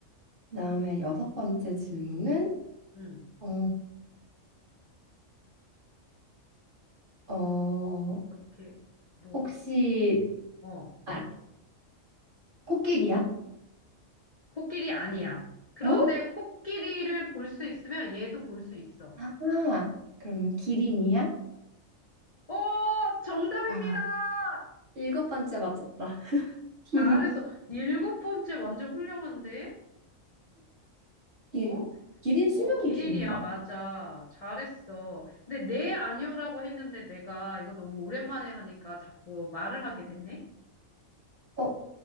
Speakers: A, on the right (about 45°); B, on the left (about 45°).
A: 그다음에 여섯 번째 질문은
B: 응,
A: 어, 어,
B: 이렇게, 뭐,
A: 혹시
B: 어,
A: 아 코끼리야?
B: 코끼리 아니야. 그런데
A: 어?
B: 코끼리를 볼 수 있으면 얘도 볼 수 있어.
A: 아 그러면 기린이야?
B: 어, 정답입니다!
A: 아, 일곱 번째 맞췄다. <laughs> 기린,
B: 잘했어. 일곱 번째 완전 훌륭한데?
A: 기린.
B: 어?
A: 기린 수명이
B: 어, 기린이야,
A: 긴가?
B: 맞아. 잘했어. 근데 네, 아니오라고 했는데 내가 이거 너무 오랜만에 하니까 자꾸 말을 하게 됐네?
A: 어,